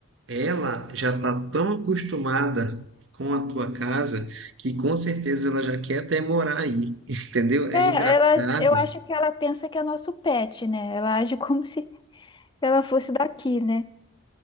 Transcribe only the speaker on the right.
ela já está tão acostumada com a tua casa que com certeza ela já quer até morar aí, <laughs> entendeu? É
engraçado